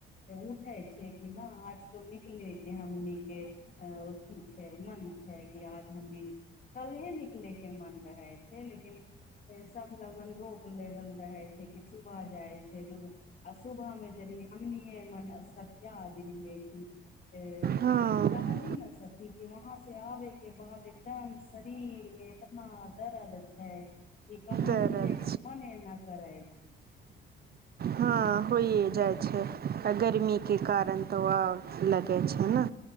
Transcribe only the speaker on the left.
तऽ उठै छै कि नहि आज तो निकले के हमने अथी छै मन छै कि आज हमनी कल्हे निकले के मन रहै छै लेकिन सब लगन रोक लेगल रहै छै कि सुबह जाइ छै आ सुबह मे ज हमनिए मन स्य देलियै कि
कहली ने सखी कि वहां से आबे के बाद एकदम शरीर मे इतना दर्द छै ई कहू
हीले के मने एना कराय छै